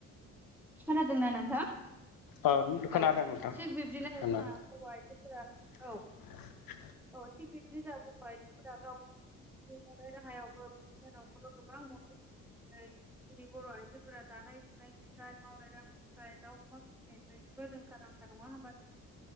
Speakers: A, in the centre; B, on the left.
A: खोनादोंना नोंथां
B: औ खोनादों
A: औ
B: नोंथां
A: थिग बिब्दिनो
B: खोनादों
A: जोंहा बर' आइजोफोरा
B: <inaudible>
A: औ औ थिग बिबदि जा बर' आयजोफोरा गाव जिस खुंनाय राहायावबो बिबदिनो न'खराव गोबां मदद होयो जाय जोंनि बर' आइजोफोरा दानाय लुनायनिफ्राय मावनाय दांनाय निफ्राय दाउ अमा फिसिनायनिफ्राय जेबो रोंखा रांखा नङा होमबा